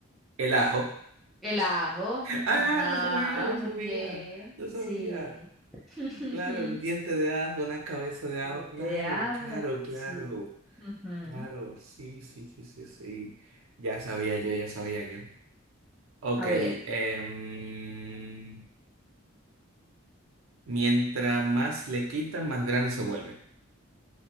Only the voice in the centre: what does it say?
El ajo.
Ajá,
muy
bien.
Sí. <laughs>
Diente
de ajo.
la-
Sí. Ujú.
A ver.